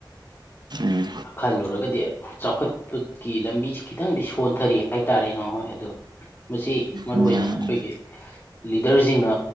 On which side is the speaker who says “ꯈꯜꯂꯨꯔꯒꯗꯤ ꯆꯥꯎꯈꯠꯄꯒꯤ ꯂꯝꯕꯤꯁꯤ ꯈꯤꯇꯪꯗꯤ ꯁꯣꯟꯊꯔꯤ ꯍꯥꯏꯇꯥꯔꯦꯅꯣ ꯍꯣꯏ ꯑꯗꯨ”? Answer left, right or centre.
Left